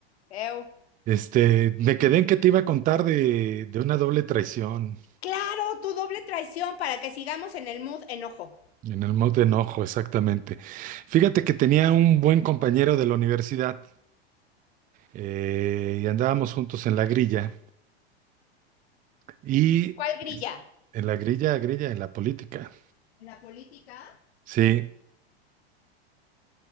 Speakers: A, on the left; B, on the right.
A: Veo.
B: este, me quedé en que te iba a contar de, de una doble traición
A: Claro, tu doble traición para que sigamos en el mood enojo.
B: en el Maut de enojo, exactamente. Fíjate que tenía un buen compañero de la universidad eh, y andábamos juntos en la grilla y
A: ¿Cuál grilla?
B: en la grilla, grilla, en la política.
A: ¿En la política?
B: Sí.